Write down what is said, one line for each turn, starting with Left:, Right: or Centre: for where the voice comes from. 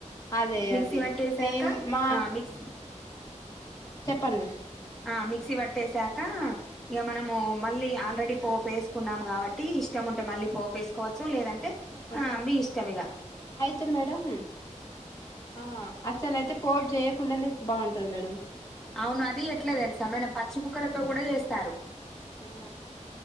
Left: అదే
Centre: మిక్సీ
Left: అదే
Centre: పట్టెసాక
Left: మేం మా
Centre: ఆ మిక్స్
Left: చెప్పండి
Centre: ఆ మిక్సీ పట్టేసాక ఇక మనము మళ్ళీ ఆల్రెడీ పోపు వేసుకున్నాం కాబట్టి ఇష్టం ము ఉంటే మళ్ళీ పోపేసుకోవచ్చు లేదంటే
Left: లేకపోతే
Centre: ఆ మీ ఇష్టం ఇగా
Left: అయితే మేడం ఆ అసలయితే పోటు చేయకుండానే బాగుంటుంది స్త మేడమ్
Centre: అవును అది ఎట్ల తెల్సా మేడం పచ్చి ముక్కలతో కూడా చేస్తారు
Left: ఆ